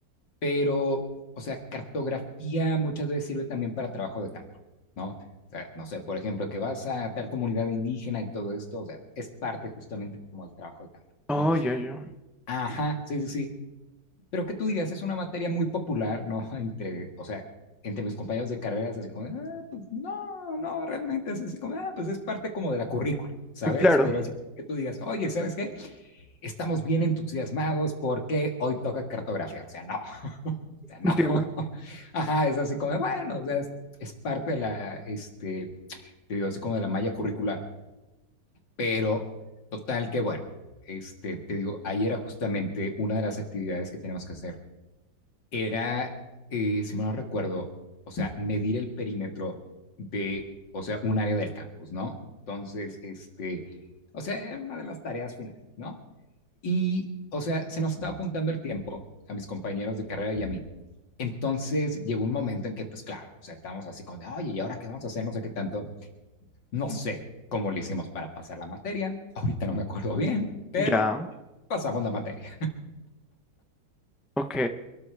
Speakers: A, on the left (about 80°); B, in the centre.
A: pero, o sea, cartografía muchas veces sirve también para trabajo de campo, ¿no? O sea, no sé, por ejemplo, que vas a tal comunidad indígena y todo esto, o sea, es parte justamente como del trabajo de campo,
B: Oh,
A: ¿no?
B: yo, yo.
A: Ajá, sí, sí, sí. Pero que tú digas, es una materia muy popular, ¿no? <laughs> Entre, o sea, entre mis compañeros de carreras, así como, ah, pues no, no, realmente es así como, ah, pues es parte como de la currícula, ¿sabes?
B: Claro,
A: Pero así que tú digas, oye, ¿sabes qué? Estamos bien entusiasmados porque hoy toca cartografía. O sea, no, <laughs> o sea, no.
B: entiendo.
A: <laughs> Ajá, es así como, bueno, o sea, es, es parte de la, este, te digo, así como de la malla curricular. Pero total que, bueno, este, te digo, ayer era justamente una de las actividades que tenemos que hacer era, eh, si mal no recuerdo, o sea, medir el perímetro de, o sea, un área del campus, ¿no? Entonces, este, o sea, era una de las tareas finales, ¿no? Y, o sea, se nos estaba juntando el tiempo a mis compañeros de carrera y a mí. Entonces llegó un momento en que, pues claro, o sea, estábamos así como de, oye, ¿y ahora qué vamos a hacer? No sé qué tanto. No sé cómo le hicimos para pasar la materia. Ahorita no me acuerdo bien, pero
B: Ya,
A: pasamos la materia.
B: ok.